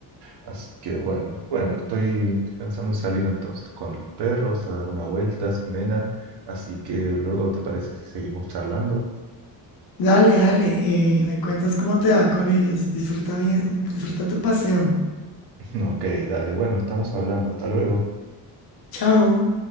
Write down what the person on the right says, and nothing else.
Así que bueno, bueno, estoy pensando en salir entonces con los perros a dar una vuelta, a Ximena. Así que luego, ¿te parece si seguimos charlando?
<laughs> Ok, dale, bueno, estamos hablando, hasta luego.